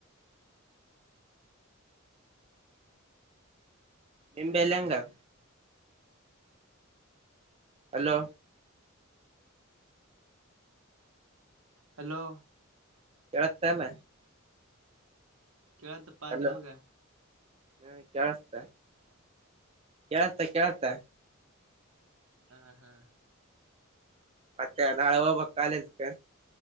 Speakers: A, on the right; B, on the right.
A: ನಿಂಬೆ ಎಲ್ಲ ಹೆಂಗಾಗ ಅಲೋ
B: ಹಲೋ
A: ಕೆಳತ್ತ ಅಲ್ಲ
B: ಕೇಳ್ದಪ್ಪ
A: ಹಲೋ
B: ನಿಮಗೆ
A: ಹಾ ಕೆಳಸ್ತ ಕೇಳ್ಸ್ತ ಕೇಳತ್ತ
B: ಹಾ ಹಾ
A: ಮತ್ತೆ ನಾಳೆ ಹೋಗ್ಬಕ್ ಕಾಲೇಜ್ಗೆ